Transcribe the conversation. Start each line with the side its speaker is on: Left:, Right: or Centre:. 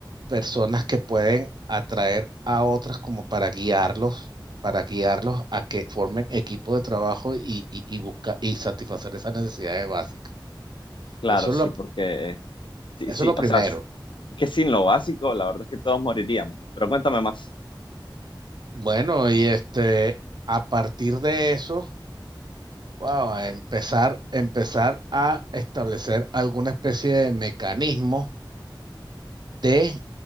Right: personas que pueden atraer a otras como para guiarlos, para guiarlos a que formen equipo de trabajo y, y, y busca- y satisfacer esas necesidades básicas.
Left: claro,
Right: Eso
Left: sí,
Right: es lo,
Left: porque sí,
Right: eso
Left: sí,
Right: es lo primero.
Left: o sea, es que sin lo básico, la verdad es que todos moriríamos. Pero cuéntame más,
Right: Bueno, y este, a partir de eso, wow, empezar, empezar a establecer alguna especie de mecanismo de